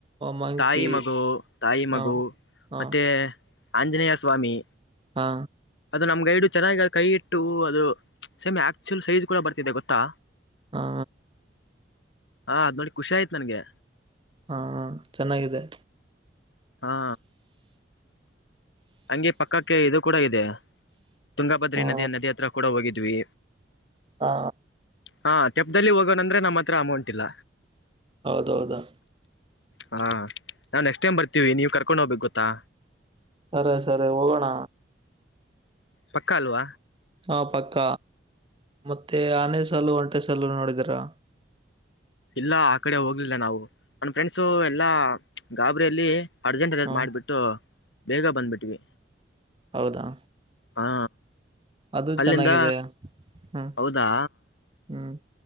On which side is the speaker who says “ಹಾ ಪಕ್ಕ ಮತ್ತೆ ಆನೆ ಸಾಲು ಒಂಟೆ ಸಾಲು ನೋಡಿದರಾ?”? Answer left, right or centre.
Right